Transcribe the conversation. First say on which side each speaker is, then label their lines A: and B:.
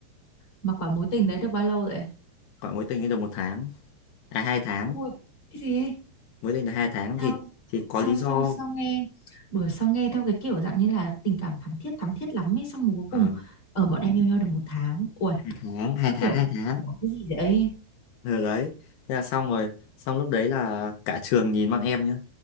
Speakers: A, on the left; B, on the left.
A: mà quả mối tình đấy được bao lâu vậy
B: khoảng mối tình ấy được một tháng à hai tháng
A: Ui, cái gì?
B: mới đây là hai tháng thì
A: Sao
B: thì có
A: sao
B: lý do
A: sao sao nghe đuổi sao nghe theo cái kiểu dạng như là tình cảm thắm thiết thắm thiết lắm ấy xong rồi cuối
B: Ờ,
A: cùng ở bọn em yêu nhau được một tháng. Ui,
B: hai tháng hai
A: tao
B: tháng
A: kiểu
B: hai tháng
A: "Ủa, cái gì vậy?
B: rồi đấy thế là xong rồi xong lúc đấy là cả trường nhìn bọn em nhá